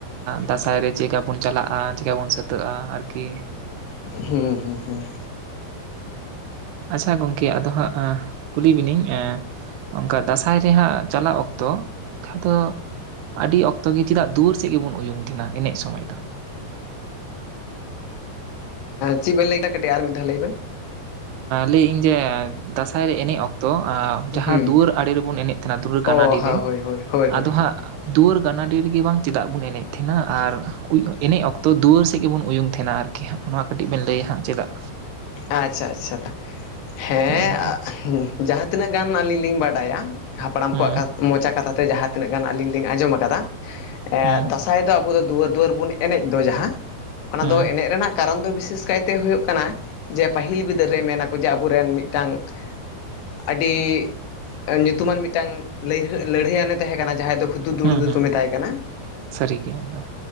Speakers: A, on the right; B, on the left.
A: ᱫᱟᱸᱥᱟᱭ ᱨᱮ ᱪᱮᱠᱟ ᱵᱚᱱ ᱪᱟᱞᱟᱜᱼᱟ ᱪᱮᱠᱟ ᱵᱚᱱ ᱥᱟᱹᱛᱟᱹᱜᱼᱟ ᱟᱨᱠᱤ
B: ᱦᱩᱸ ᱦᱩᱸ ᱦᱩᱸ
A: ᱟᱪᱷᱟ ᱜᱚᱢᱠᱮ ᱟᱫᱚ ᱦᱟᱸᱜ ᱠᱩᱞᱤ ᱵᱤᱱᱟᱹᱧ ᱚᱱᱠᱟ ᱫᱟᱸᱥᱟᱭ ᱨᱮᱭᱟᱜᱦᱟᱸ ᱪᱟᱞᱟᱜ ᱚᱠᱛᱚ ᱡᱟᱦᱟᱸ ᱫᱚ ᱟᱹᱰᱤ ᱚᱠᱛᱚ ᱜᱮ ᱪᱮᱫᱟᱜ ᱫᱩᱭᱟᱹᱨ ᱪᱮᱫ ᱜᱮᱵᱚᱱ ᱩᱭᱩᱝ ᱠᱤᱱᱟᱹ ᱮᱱᱮᱡ ᱥᱚᱢᱚᱭ ᱫᱚ
B: ᱪᱮᱫ ᱵᱮᱱ ᱞᱟᱹᱭ ᱠᱮᱫᱟ ᱠᱟᱹᱴᱤᱡ ᱟᱨ ᱢᱤᱫ ᱫᱷᱟᱣ ᱞᱟᱹᱭ ᱵᱮᱱ
A: ᱞᱟᱹᱭᱟᱹᱧ ᱡᱮ ᱫᱟᱸᱥᱟᱭ ᱨᱮ ᱮᱱᱮᱡ ᱚᱠᱛᱚ ᱛᱚ ᱡᱟᱦᱟᱸ
B: ᱦᱩᱸ
A: ᱫᱩᱣᱟᱹᱨ ᱟᱲᱮ ᱨᱮᱵᱚᱱ ᱮᱱᱮᱡ ᱛᱟᱦᱮᱱᱟ ᱫᱩᱣᱟᱹᱨ ᱜᱟᱱᱟᱰᱤ
B: ᱚ ᱦᱳᱭ
A: ᱨᱮ
B: ᱦᱳᱭ ᱦᱳᱭ ᱦᱳᱭ
A: ᱟᱫᱚ
B: ᱦᱳᱭ
A: ᱦᱟᱸᱜ ᱫᱩᱣᱟᱹᱨ ᱜᱟᱱᱟ ᱰᱮ ᱨᱮᱜᱮ ᱵᱟᱝ ᱪᱮᱫᱟᱜ ᱵᱚᱱ ᱮᱱᱮᱡ ᱛᱟᱦᱮᱱᱟ ᱟᱨ ᱮᱱᱮᱡ ᱚᱠᱛᱚ ᱫᱩᱣᱟᱹᱨ ᱥᱮ ᱪᱮᱫ ᱜᱮᱵᱚᱱ ᱩᱭᱩᱝ ᱛᱟᱦᱮᱱᱟ ᱟᱨᱠᱤ ᱦᱟᱸᱜ ᱱᱚᱣᱟ ᱠᱟᱹᱴᱤᱡ ᱵᱮᱱ ᱞᱟᱹᱭᱟ ᱦᱟᱸᱜ ᱪᱮᱫᱟᱜ
B: ᱟᱪᱷᱟ ᱟᱪᱷᱟ ᱦᱮᱸ
A: ᱦᱳᱭ ᱜᱚᱝᱠᱮ
B: ᱡᱟᱦᱟᱸ ᱛᱤᱱᱟᱹᱜ ᱜᱟᱱ ᱟᱹᱞᱤᱧ ᱞᱤᱧ ᱵᱟᱰᱟᱭᱟ ᱦᱟᱯᱲᱟᱢ
A: ᱦᱩᱸ
B: ᱠᱚᱣᱟᱜ ᱢᱚᱪᱟ ᱠᱟᱛᱷᱟ ᱛᱮ ᱡᱟᱦᱟᱸ ᱛᱤᱱᱟᱹᱜ ᱜᱟᱱ ᱟᱹᱞᱤᱧ ᱞᱤᱧ ᱟᱸᱡᱚᱢ ᱟᱠᱟᱫᱟ
A: ᱦᱩᱸ
B: ᱫᱟᱸᱥᱟᱭ ᱫᱚ ᱟᱵᱚ ᱫᱚ ᱫᱩᱣᱟᱹᱨ ᱫᱩᱣᱟᱹᱨ ᱵᱚᱱ ᱮᱱᱮᱡ ᱫᱚ ᱡᱟᱦᱟᱸ ᱚᱱᱟ
A: ᱦᱩᱸ
B: ᱫᱚ ᱮᱱᱮᱡ ᱨᱮᱱᱟᱜ ᱠᱟᱨᱚᱱ ᱫᱚ ᱵᱤᱥᱮᱥ ᱠᱟᱭᱛᱮ ᱦᱩᱭᱩᱜ ᱠᱟᱱᱟ ᱡᱮ ᱯᱟᱹᱦᱤᱞ ᱵᱤᱫᱟᱹᱞ ᱨᱮ ᱢᱮᱱᱟᱠᱚ ᱡᱮ ᱟᱵᱚᱨᱮᱱ ᱢᱤᱫᱴᱟᱝ ᱟᱹᱰᱤ ᱧᱩᱛᱩᱢᱟᱱ ᱢᱤᱫᱴᱟᱝ ᱞᱟᱹᱭᱦ ᱞᱟᱹᱲᱦᱟᱹᱭ ᱟᱱᱮ ᱛᱟᱦᱮᱸ ᱠᱟᱱᱟ ᱡᱟᱦᱟᱸᱭ ᱫᱚ ᱦᱩᱫᱩ ᱫᱩᱲᱜᱟᱹ
A: ᱦᱩᱸ ᱦᱩᱸ
B: ᱠᱚ ᱢᱮᱛᱟᱭ ᱠᱟᱱᱟ
A: ᱥᱟᱹᱨᱤᱜᱮ ᱮᱠᱫᱚᱢ